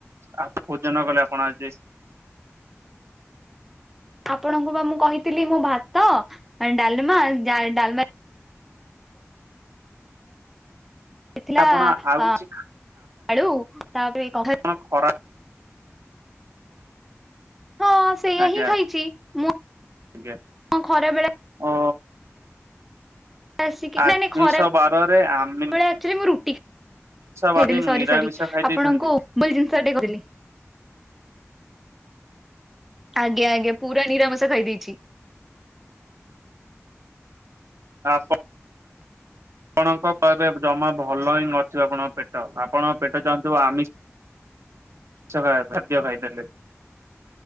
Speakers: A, on the right; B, in the centre.
A: ଆଉ ଭୋଜନ କଲେ ଆପଣ ଆଜି।
B: ଆପଣଙ୍କୁ ବା ମୁଁ କହିଥିଲି ମୁଁ ଭାତ ଡାଲମା ଆଣ୍ଡ ଯାଇ ଡାଲମା ହେଇଥିଲା
A: ଆପଣ ଆଉ କିଛି
B: ଆଳୁ ତାପରେ କଖାରୁ।
A: କଣ ଖରା
B: ହଁ ସେଇଆ
A: ଆଜ୍ଞା
B: ହିଁ ଖାଇଛି ମୁ
A: ଆଜ୍ଞା
B: ଖରା ବେଳେ
A: ଓ
B: ଆସିକି
A: ଆମିଷ
B: ନାଇଁ ନାଇଁ ଖରାଳେ
A: ବାରରେ ଆମିଷ
B: ଆକ୍ଚୁଆଲି ମୁଁ ରୁଟି ଖାଏ। ଉଥେଇଦେଲି
A: ବାରି
B: ସରି
A: ନିରାମିଷ
B: ସରି
A: ଖାଇ
B: ଆପଣଙ୍କୁ
A: ଦେଇଛନ୍ତି।
B: ଭୁଲ୍ ଜିନିଷ ଟେ କହିଲି। ଆଜ୍ଞା ଆଜ୍ଞା ପୁରା ନିରାମଷ ଖାଇଦେଇଚି।
A: ଆପ ଣଙ୍କ କହିବେ ଜମା ଭଲ ହିଁ ଅଥିବ ଆପଣଙ୍କ ପେଟ ଆପଣଙ୍କ ପେଟ ଚାହୁଁଥିବ ଆମିଷ। ମାଛ ଖାଇବା ଖାଦ୍ୟ ଖାଇ ପାରିଲିନି।